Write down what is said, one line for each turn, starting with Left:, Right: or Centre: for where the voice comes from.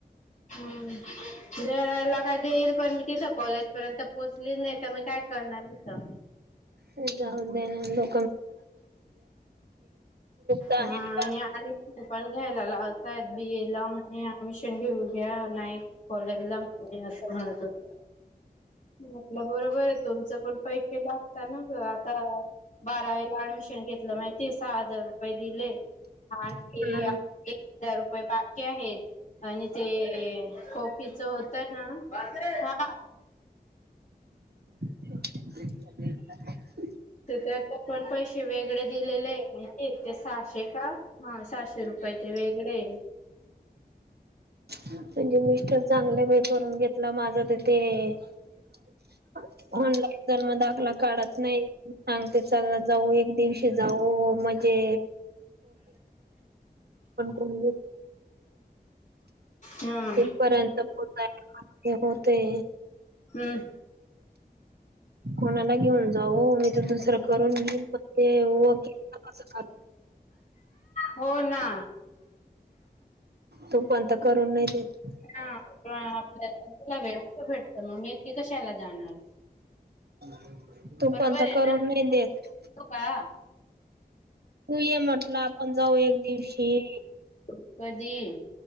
Left: हम्म देराला काय देईल पण मी तिथं कॉलेज पर्यंत पोहोचली नाही तर मग काय करणार तिथं
Right: हो जाऊद नाो तर आहे
Left: हा
Right: ना
Left: आणि डमशन पण घ्यायला लावताय बीए ला म्हणे ऍडमिशन घेऊ घ्या नाही कॉलेज ला म्हणे अस म्हणत होत आप बरोबर तुमचं पण पैट केला त्या ना ग आता बारावीला ऍडमिशन घेतलं माहिती सहा हजार रुपये दिले आणि
Right: बारावी
Left: ते एक हजार रुपये पाकीे आहेत आणि ते कॉफीच होत ना ह
Right: <inaudible>
Left: तर त्याचे पण पैसे वेगळे दिलेले आहे माहितीये ते सहाशे का हा सातशे रू पहि ते वेगळे
Right: म्हणजे मिस्टर चांगलं मी करून घेतलं माझं तेथे <inaudible> होनला जनम दाखला काढत नाही सांगते चलला जाऊ एक दिवशी जाऊ मजे कोण
Left: हम्
Right: इथपर्यंत पोहोचायला होते
Left: <inaudible> हम्म
Right: कोणाला घेऊन जाऊ? मी तर दुसरं- करून घेयेईल पण ते <unintelligible>
Left: हो ना.
Right: तू पण तर करून नाही देत
Left: आपल्या <unintelligible> तर मग मि एकटी कशाला जाणार?
Right: ह तू
Left: बरोबर
Right: पण तर
Left: आहे
Right: करून
Left: ना.
Right: नाही देत.
Left: हो का
Right: तू ये म्हटलं आपण जाऊ एक दिवशी.
Left: कधी?